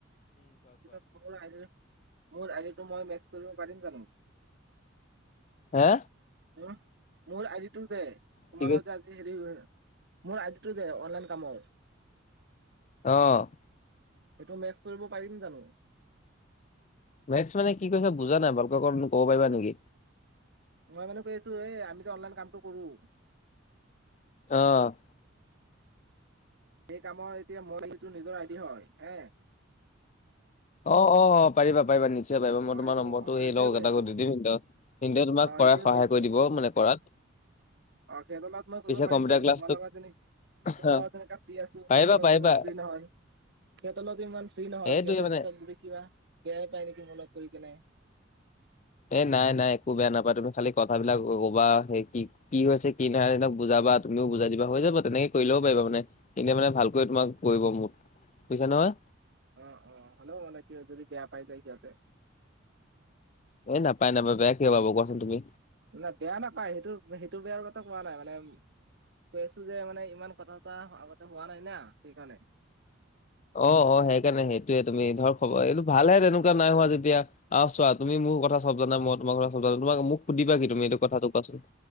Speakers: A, on the right; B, on the left.
A: <unintelligible> মোৰ আইডিটো মই মেক্স কৰিব পাৰিম জানো?
B: হা?
A: <unintelligible> মোৰ আইডিটোৰ যে তোমাৰ
B: কি কৈ
A: লগত যে আজি এ, হেৰি মোৰ আইডিটোৰটে অনলাইন কামৰ
B: অ'
A: সেইটো মেক্স কৰিব পাৰিম জানো।
B: মেক্স মানে কি কৈছা বুজা নাই, ভালকৈ অকমান মোক ক'ব পাৰিবা নেকি।
A: মই মানে কৈ আছো, এ, আমিযে অনলাইন কামটো কৰো।
B: অ'
A: সেই কামৰ এতিয়া মই <unintelligible> নিজৰ আইডি হয়, হে
B: অ', অ', অ', পাৰিবা পাৰিবা নিশ্চয় পাৰিবা, মই
A: অ
B: তোমাৰ
A: সেইটো
B: নম্বৰটো
A: অ
B: সেই
A: সেইটোয়ে
B: লগ
A: কৈ
B: কেটাকো
A: আছো
B: দি দিম সেইকেইতা সেইকেইটাই তোমাক
A: অ সেইটোয়ে
B: কৰাত সহায়
A: কৈ আছো
B: কৰি দিব, মানে কৰাত
A: অ', সিঁহতৰ লগত মই
B: পিছে
A: কৰিব পাৰিম
B: কম্পিউটাৰ
A: জানো
B: ক্লাছটো
A: তোমাৰ লগত যেনি তোমাৰ
B: অ
A: লগত যেনেকা ফ্ৰী আছো, সিহঁতৰ
B: পাৰিবা
A: লগততো
B: পাৰিবা
A: ইমান ফ্ৰী নহয়। সিহঁতৰ লগতটো ইমান ফ্ৰী নহয়,
B: এইটোয়ে
A: সিহঁতে
B: মানে
A: পিছত যদি কিবা বেয়াই পায় নেকি, মনত কৰি কেনে।
B: এ, নাই নাই একো বেয়া নাপায় তুমি খালি কথাবিলাক ক-কবা সেই কি কি হৈছে কি নাইহোৱা, সেহতক বুজাবা তুমিও বুজাই দিবা হৈ যাব তেনেকে, কৰি ল'ব পাৰিবা মানে। এনে মানে ভালকৈ তোমাক কৰিব, মুঠ বুজিছা নহয়।
A: অ', অ', হ'লেও মানে কি হয়, যদি বেয়া পাই যায় সিঁহতে।
B: এ, নাপায়, নাপায়, বেয়া কিয় পাব, কোৱাচোন তুমি।
A: না বেয়া নাপায়, সেইটো সেইটো বেয়াৰ কথা কোৱা নাই মানে কৈ আছো যে, মানে ইমান কথা চথা হোৱা আগতে হোৱা নাই না সেইকাৰণে।
B: অ অ সেইকাৰণে সেইটোয়ে তুমি ধৰ খবৰ এইটো ভালহে তেনেকুৱা নাই হোৱা যেতিয়া আহ চোৱা তুমি মোৰ কথা চব জানা মই তোমাৰ কথা চব জানো তোমা মোক সুধিবা কি তুমি এইটো কথাটো কোৱাচোন